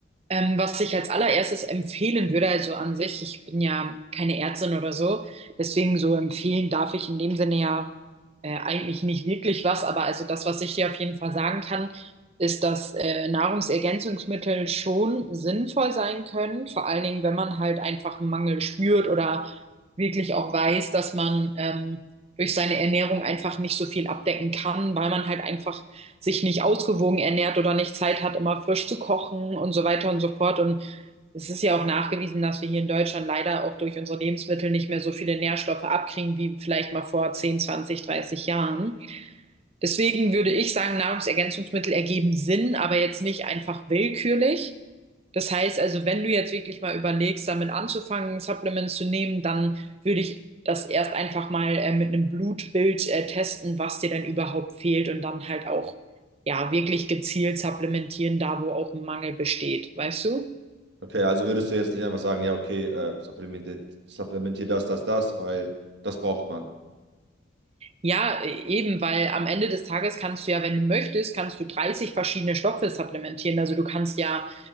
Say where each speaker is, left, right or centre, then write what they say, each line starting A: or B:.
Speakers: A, on the right; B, on the right.
A: Ähm, was ich als allererstes empfehlen würde, also an sich, ich bin ja keine Ärztin oder so, deswegen so empfehlen darf ich in dem Sinne ja äh, eigentlich nicht wirklich was, aber also das, was ich dir auf jeden Fall sagen kann, ist, dass äh, Nahrungsergänzungsmittel schon sinnvoll sein können, vor allen Dingen, wenn man halt einfach einen Mangel spürt oder wirklich auch weiß, dass man ähm, durch seine Ernährung einfach nicht so viel abdecken kann, weil man halt einfach sich nicht ausgewogen ernährt oder nicht Zeit hat, immer frisch zu kochen und so weiter und so fort. Und es ist ja auch nachgewiesen, dass wir hier in Deutschland leider auch durch unsere Lebensmittel nicht mehr so viele Nährstoffe abkriegen wie vielleicht mal vor 10, 20, 30 Jahren. Deswegen würde ich sagen, Nahrungsergänzungsmittel ergeben Sinn, aber jetzt nicht einfach willkürlich. Das heißt also, wenn du jetzt wirklich mal überlegst, damit anzufangen, Supplements zu nehmen, dann würde ich das erst einfach mal äh, mit einem Blutbild äh, testen, was dir denn überhaupt fehlt und dann halt auch ja wirklich gezielt supplementieren, da wo auch ein Mangel besteht, weißt du?
B: Okay, also würdest du jetzt nicht einfach sagen, ja, okay, äh, supplementiert, supplementier das, das, das, weil das braucht man.
A: Ja, e, eben, weil am Ende des Tages kannst du ja, wenn du möchtest, kannst du 30 verschiedene Stoffe supplementieren. Also du kannst ja